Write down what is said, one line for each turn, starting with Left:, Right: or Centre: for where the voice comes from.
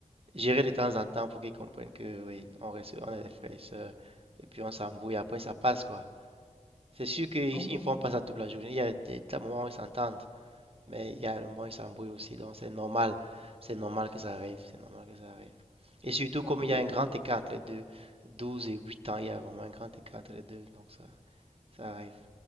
Right: gérer de temps en temps pour qu'ils comprennent que oui, on reste, on est des frères et sœurs, et puis on s'embrouille, après ça passe quoi. C'est sûr qu'ils
Centre: Ah oui,
Right: ils ne font pas ça toute la journée, il y a des, des moments où ils s'entendent. Mais il y a le moment, il s'embrouille aussi, donc c'est normal. C'est normal que ça arrive. C'est normal que ça arrive. Et surtout,
Centre: ok.
Right: comme il y a un grand écart entre les deux, 12 et 8 ans, il y a vraiment un grand écart entre les deux, donc ça, ça arrive.